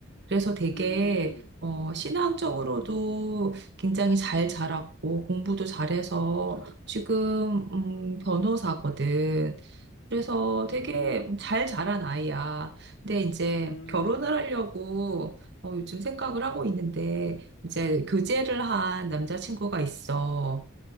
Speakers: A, on the right; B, on the left.
A: 그래서 되게
B: 음,
A: 어, 신앙적으로도
B: 음,
A: 굉장히 잘 자랐고 공부도 잘해서 지금 음, 변호사거든. 그래서 되게
B: 음,
A: 잘 자란 아이야. 근데 이제
B: 음,
A: 결혼을
B: 음,
A: 하려고 어, 요즘 생각을 하고 있는데 이제 교제를 한 남자친구가 있어.